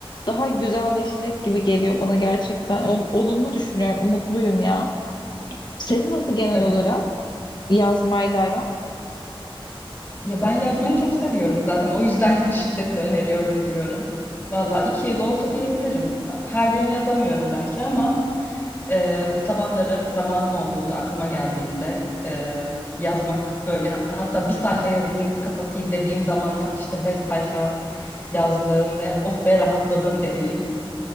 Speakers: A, on the left; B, on the left.
A: daha güzelleşecek gibi geliyor bana gerçekten. Ol- olumlu düşünüyorum, umutluyum ya. Senin nasıl genel
B: Evet.
A: olarak yazmayla aran?
B: Ya ben yazmayı çok seviyorum zaten. O yüzden <laughs> şiddetle öneriyorum diyorum. Valla iki yıl oldu diyebilirim. Her gün yazamıyorum belki ama e, sabahları zamanım olduğunda, aklıma geldiğinde e, yazmak böyle ha- hatta bir sayfa yazayım, kapatayım dediğim zamanlar işte beş sayfa yazdığım ve oh be rahatladım dediğim.